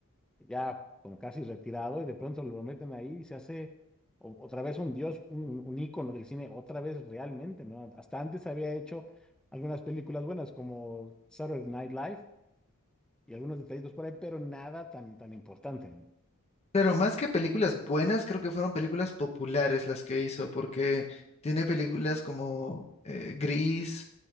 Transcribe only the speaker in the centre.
ya como casi retirado, y de pronto lo meten ahí y se hace o- otra vez un dios, un, un ícono del cine, otra vez realmente, ¿no? Hasta antes había hecho algunas películas buenas como Saturday Night Live y algunos detallitos por ahí, pero nada tan, tan importante, ¿no?